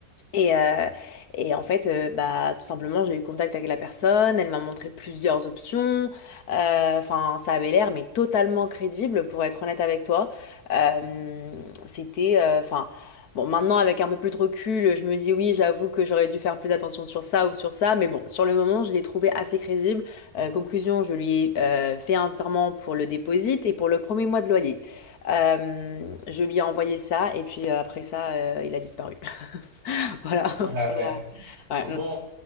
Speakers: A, on the left (about 80°); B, on the right (about 80°).
A: Et, euh, et en fait, euh, bah, tout simplement, j'ai eu contact avec la personne, elle m'a montré plusieurs options. Euh, Enfin, ça avait l'air, mais totalement crédible, pour être honnête avec toi. Euh, c'était, euh, enfin, bon, maintenant, avec un peu plus de recul, je me dis oui, j'avoue que j'aurais dû faire plus attention sur ça ou sur ça, mais bon, sur le moment, je l'ai trouvé assez crédible. Euh, conclusion, je lui ai euh, fait un virement pour le déposit et pour le premier mois de loyer. Euh, je lui ai envoyé ça, et puis euh, après ça, euh, il a disparu. Voilà. <laughs>
B: Ah
A: Voilà.
B: ouais.
A: Ouais,
B: Bon,
A: mm.